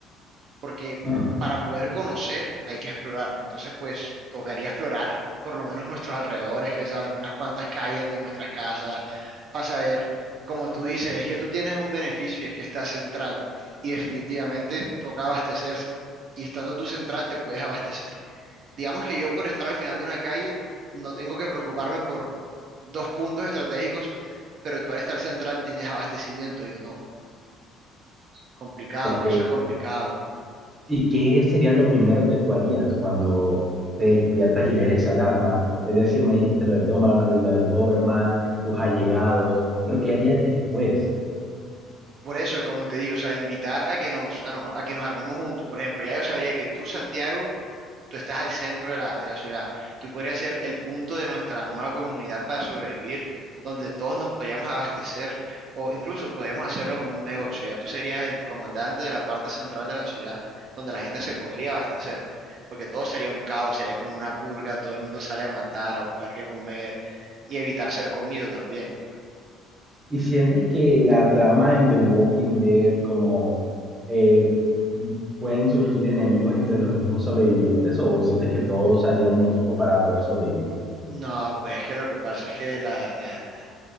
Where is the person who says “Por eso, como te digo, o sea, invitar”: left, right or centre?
Right